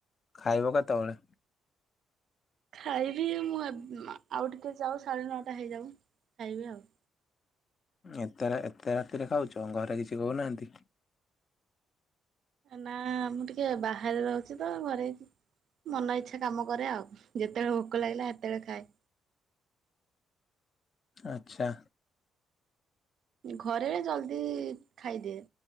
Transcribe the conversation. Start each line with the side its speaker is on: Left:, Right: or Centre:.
Left: ଖାଇବ କେତେବେଳେ?
Right: ଖାଇବି ମୁଁ ଆଉ ଟିକେ ଯାଉ ସାଢେ ନଅଟା ହେଇଯାଉ ଖାଇବି ଆଉ।
Left: ଏତେ ଏତେ ରାତିରେ ଖାଉଛ ଘରେ କିଛି କହୁନାହାନ୍ତି।
Right: ନା ମୁଁ ଟିକେ ବାହାରେ ରହୁଛି ତ ଘରେ ଛି ମନ ଇଚ୍ଛା କାମ କରେ ଆଉ ଯେତେବେଳେ ଭୋକ ଲାଗିଲା ହେତେଳେ ଖାଏ।
Left: ଆଚ୍ଛା।
Right: ଘରେ ଜଲ୍ଦି ଖାଇଦିଏ